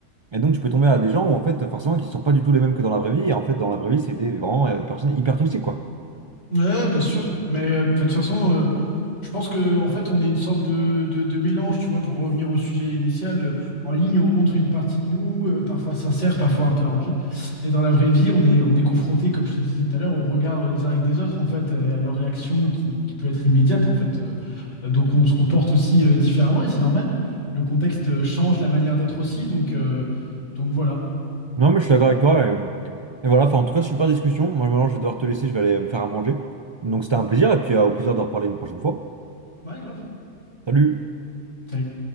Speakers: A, on the right; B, on the left.
A: Et donc, tu peux tomber à des gens où, en fait, forcément, qui sont pas du tout les mêmes que dans la vraie vie. Et en fait, dans la vraie vie, c'est des vraiment euh, personnes hyper toxiques, quoi.
B: Ouais, bien sûr. Mais euh, de toute façon, euh, je pense que en fait, on est une sorte de, de- de mélange, tu vois, pour revenir au sujet initial. euh, en ligne, on montre une partie de nous, euh, parfois sincère, parfois un peu arrangée. Et dans la vraie vie, on est, on est confronté, comme je te disais tout à l'heure, au regard euh, direct des autres, en fait, euh, à leur réaction qui, qui peut être immédiate, en fait. euh. Euh, donc, on se comporte aussi euh, différemment et c'est normal. Le contexte euh, change la manière d'être aussi. Donc, euh, donc voilà.
A: Non, mais je suis d'accord avec toi. Et, euh, et voilà, enfin, en tout cas, super discussion. Moi, maintenant, je vais devoir te laisser, je vais aller me faire à manger. Donc, c'était un plaisir. Et puis, euh, au plaisir de reparler une prochaine fois.
B: Ouais, grave.
A: Salut!
B: Salut.